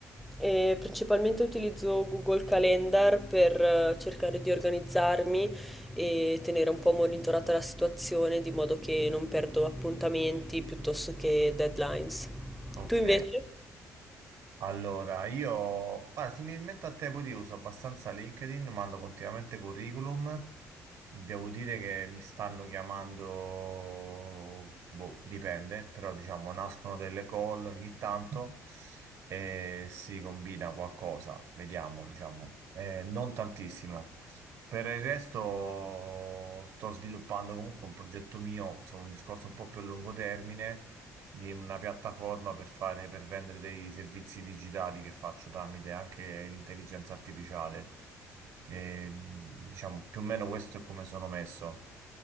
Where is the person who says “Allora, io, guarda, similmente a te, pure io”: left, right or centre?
Right